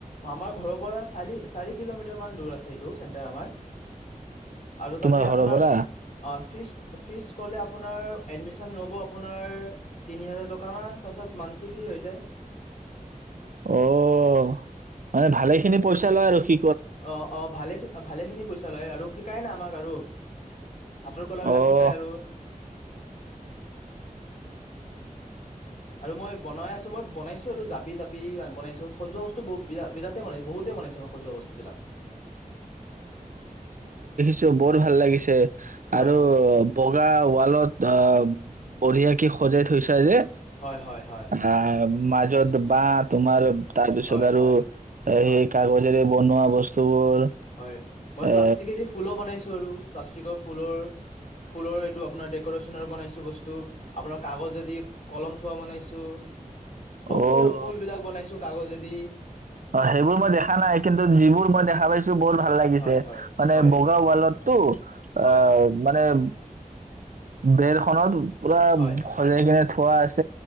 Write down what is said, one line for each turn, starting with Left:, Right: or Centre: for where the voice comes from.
Left: আমাৰ ঘৰৰ পৰা চাৰি-চাৰি কিলোমিটাৰ মান দূৰ আছে, এইটো চেণ্টাৰ আমাৰ। আৰু
Right: তোমাৰ
Left: তাতে
Right: ঘৰৰ
Left: আপোনাৰ
Right: পৰা?
Left: অ' ফিছ ফিছ ক'লে অপোনাৰ এডমিছন ল'ব আপোনাৰ তিনি হাজাৰ টকা মান, তাৰ পিছত মান্থলি ফিছ হৈ যায়।
Right: অ' অ' মানে ভালে খিনি পইচা লয় আৰু সি
Left: অ অ ভালে খি ভালে খিনি পইচা লয় আৰু শিকাই না আমাক। আৰু হাতৰ কলাবিলাক
Right: অ',
Left: শিকায় আৰু। আৰু মই বনাই আছো, মই বনাইছো আৰু জাবি তাপি বনাইছো সজোৱা বস্তু ব বিৰা বিৰাটেই বনাইছো বহুতেই বনাইছো মই সজোৱা বস্তু বিলাক।
Right: চ বত ভাল লাগিছে।
Left: হয়
Right: আৰু
Left: হয়
Right: বগা ৱালত অৱ বঢ়িয়া কি সজাই থৈছে।
Left: হয় হয় হয়
Right: <unintelligible> য'ত বা তোমাৰ। তাৰপিছত
Left: হয়
Right: আৰু
Left: হয়
Right: সেই
Left: হয়
Right: কাগজৰে বনোৱা বস্তুবোৰ।
Left: হয় মই প্লাষ্টিক
Right: এ
Left: এদি ফুলো বনাইছোঁ আৰু। প্লাষ্টিকৰ ফুলৰ -ফুলৰ এইটো আপোনাৰ ডেক'ৰেচনৰ বনাইছো বস্তু আপোনাৰ কাগজ যদি কলম থোৱা বনাইছো। বহুত খ
Right: অ',
Left: যাক ফুল বিলাক বনাইছো কাগজেদি। বি
Right: অ', সেইবোৰ মই দেখা নাই কিন্তু যিবোৰ মই দেখা পাইছো বহুত ভাল লাগিছে,
Left: হয় হয়
Right: মানে
Left: হয়
Right: বগা ৱাল তটো <unintelligible>
Left: হয়
Right: অ',
Left: হয়
Right: মানে বেৰখনত। পুৰা
Left: হয়
Right: ভজাই
Left: হয়
Right: কেনে থোৱা আছে।